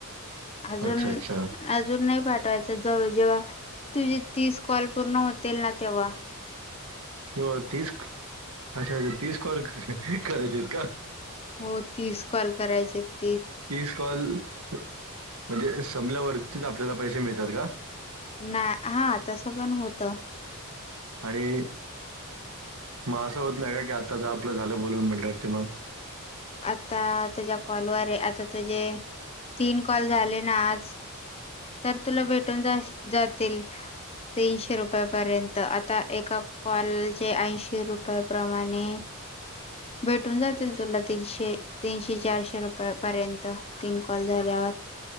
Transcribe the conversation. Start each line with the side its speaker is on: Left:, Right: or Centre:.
Left: अजून
Right: अच्छा अच्छा
Left: अजून नाही पाठवायच जव जेव्हा तुझे तीस कॉल पूर्ण होतील ना तेव्हा.
Right: हो तीस अच्छा अच्छा तीस कॉल करायचे आहेत का?
Left: हो तीस कॉल करायचेत.
Right: तीस कॉल म्हणजे संपल्यावरतीच आपल्याला पैसे मिळतात का?
Left: नाय हा, तसं पण होत.
Right: आणि मग असं होत नाय का की आताच आपलं झालं बोलून म्हटलं ते मग?
Left: आता तुझ्या कॉलवरय आता तुझे तीन कॉल झाले ना आज तर तुला भेटून जास जातील. तीनशे रुपयापर्यंत आता एका कॉलचे ऐंशी रुपयाप्रमाणे
Right: <inaudible>
Left: भेटून जातील तुला. तीनशे तीनशे चारशे रुपये पर्यंत तीन कॉल झाल्यावर.